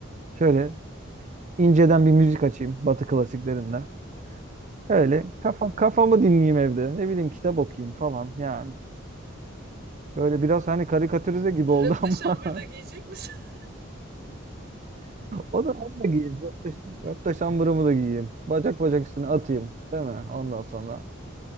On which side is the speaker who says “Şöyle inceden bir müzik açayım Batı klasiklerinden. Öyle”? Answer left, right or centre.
Right